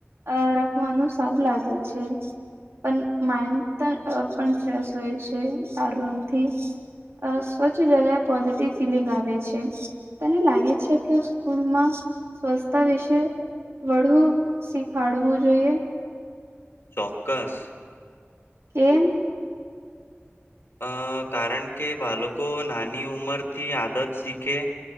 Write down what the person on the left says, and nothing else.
હા
ચોક્કસ
અ કારણ કે બાળકો નાની ઉંમર થી આદત શી ખે